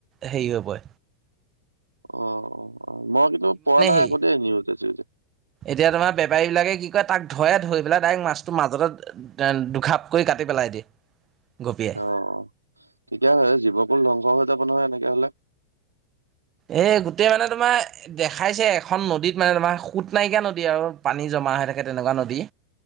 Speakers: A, on the right (about 30°); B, on the right (about 85°).
A: হেৰি হবই।
B: অ অ অ মই কিন্তু পোৱা নাই
A: হেৰি
B: আকৌ দেই নিউজে চিউজে।
A: এতিয়া তোমাৰ বেপাৰী বিলাকে কি কয় তাক ধৰেধৰি পেলাই তাইক মাছটো মাজতে দুখাপকৈ কাট কাটি পেলাই দিয়ে।
B: ৌ
A: গপিয়াই
B: অ অ ঠিকে আছে জীৱকুল ধ্বংস হৈ যাব নহয় এনেকে হ'লে।
A: এ গোটেই মানে তোমাৰ দেখাইছে এখন নদীত মানে তোমাৰ সোত নাইকিয়া নদী আৰু পানী জম মা হৈ থাকে তেনেকুৱা নদী